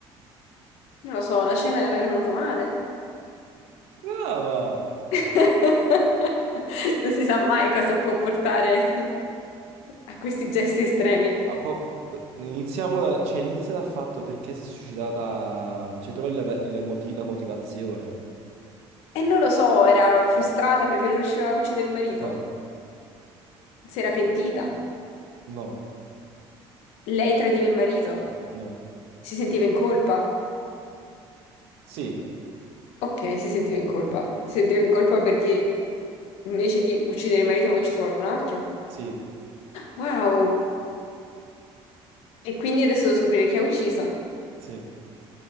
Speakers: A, on the left (about 85°); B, on the right (about 80°).
A: non lo so, la cena era venuta male.
B: Brava!
A: <laughs> Non si sa mai cosa può portare a questi gesti estremi.
B: Ah, po- b- iniziamo da- cioè, inizia dal fatto perché si è suicidata, cioè trova il- il moti- la motivazione.
A: E non lo so, era frustrata perché non riusciva a uccidere il marito.
B: No,
A: Si era pentita.
B: no,
A: Lei tradiva il marito?
B: no.
A: Si sentiva in colpa?
B: Sì,
A: Ok, si sentiva in colpa. Si sentiva in colpa perché invece di uccidere il marito aveva ucciso qualcun altro?
B: sì,
A: Wow! E quindi adesso devo scoprire chi ha ucciso.
B: sì.